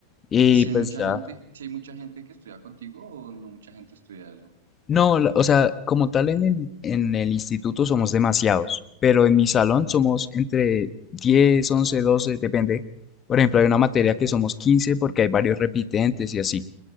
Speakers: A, on the left; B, on the right.
A: Y
B: Y si
A: pues
B: hay mucha
A: ya,
B: gente, si hay mucha gente que estudia contigo o no mucha gente estudia eso.
A: No, la- o sea, como tal en el, en el instituto somos demasiados, pero en mi salón somos entre 10, 11, 12, depende. Por ejemplo, hay una materia que somos 15 porque hay varios repitentes y así,